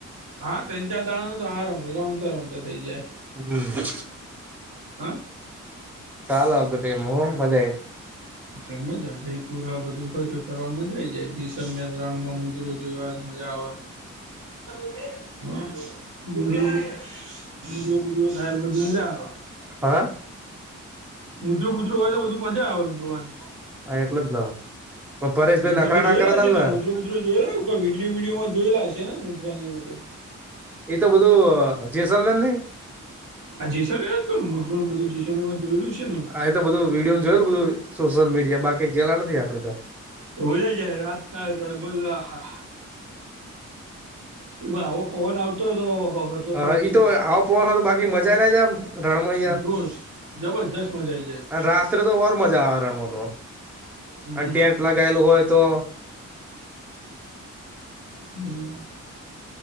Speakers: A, on the right; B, in the centre.
A: હા તણ ચાર દાણાનો તો આરામથી રમતા રમતા થઈ જા
B: હમ
A: હે
B: ચાલ આવતો ટીમ હું મજા આએ.
A: ટ્રેનમાં જ જયપુર હ બધું તો ફરવાનમાંજા આવી જાય જેસલ મેણમાં મુજરો. દ વાર મજા આવે <unintelligible> હ મુજર બુજર ઘાય મજા આવે.
B: હા.
A: મૂજરોું ગુજરું હોય તો બધું મજા આવે એમ જોવાને.
B: હા એટલે જ ને. પરેશભાઈ
A: મ
B: નખરા
A: તમે જોયેલા
B: ના કરતા
A: હશે
B: ને
A: ત્યાં મુદ્રો મુદરો જોયેલોઈ વિડીયો વિડીયો માં જોયેલા હ ને મુદ્ર ને એ બધું
B: એ તો બધું જેસલન નને
A: આ જેસર એ જ કરું મુંત્રો બધું જેસ એમાં જોયેલું છે ને.
B: આ એ તો બધું વિડીયો જોયેલું બધું સોશિયલ મીડિયામાં બાકી જેેલા નથી આપડે તો.
A: બોજઈ જાય રાત ના ત બો આહા <unintelligible> તો આવો પવન આવતો હોવ તો.
B: હ હા
A: આખી
B: ઈ તો આવ પોનું તો બાકી મજા ના જમ રણમા અઈયા.
A: જોર જબરજસ્ત મજા આઈ જાય
B: અને રાત્રે તો બર મજા આવરણમાં તો
A: હમ
B: અને ટેન્ટ લગાયેલું હોય તો.
A: હમ.